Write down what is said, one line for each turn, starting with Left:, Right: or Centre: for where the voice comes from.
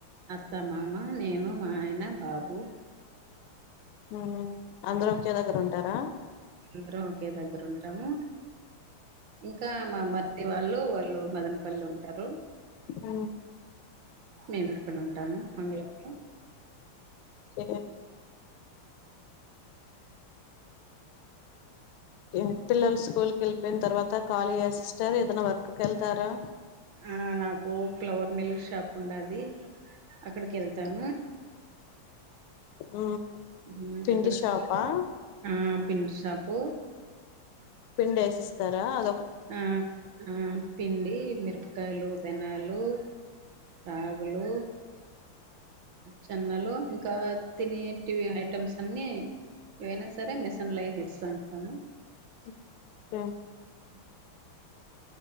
Right: అత్తమ్మామ నేను మా ఆయన బాబు
Left: ఆ అందరూ ఓకే దగ్గర ఉంటారా
Right: అందరం ఒకే దగ్గర ఉంటాము ఇంకా మా మర్ది వాళ్ళు వాళ్ళు మదనపల్లిలో ఉంటారు
Left: ఉ
Right: మేము ఇక్కడ ఉంటాము అమీర్లో
Left: ఒకే ఒకే పిల్లలు స్కూల్కి వెళ్ళియిన తర్వాత కాళీ ఆ సిస్టర్ ఏదైనా వర్క్ కి వెళ్తారా
Right: ఆ నాకు ఫ్లవర్ మిల్ షాప్ ఉండది అక్కడికి వెళ్తాను
Left: ఉ
Right: హ్మ్.
Left: పిండి
Right: అక్కడికి
Left: షాప్ ఆ
Right: ఆ పిండ్ షాపు
Left: పిండేసిస్తారా ఆ
Right: ఆ ఆ పిండి మిరపకాయలు దాన్యాలు రాగులు జొన్నలు ఇంకా తినేటీవీ ఐటమ్స్ అన్ని ఏవైనా సరే మెషినలా తెస్తూంటాను
Left: ఓకే
Right: ఆ